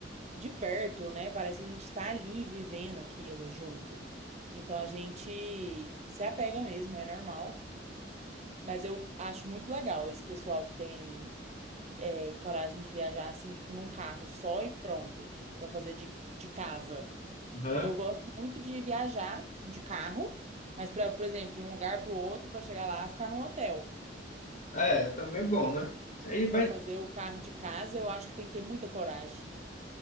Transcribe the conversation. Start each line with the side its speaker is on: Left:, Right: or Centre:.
Right: de perto, né? Parece que a gente tá ali vivendo aquilo junto. Então a gente se apega mesmo, é normal. Mas eu acho muito legal esse pessoal que tem é, coragem de viajar assim, tipo, num carro só e pronto, pra fazer de, de casa.
Left: Aham.
Right: Eu gosto muito de viajar de carro, mas pra, por exemplo, de um lugar pro outro, pra chegar lá, e ficar num hotel.
Left: É, também bom, né? Aí vai.
Right: Para fazer o carro de casa, eu acho que tem que ter muita coragem.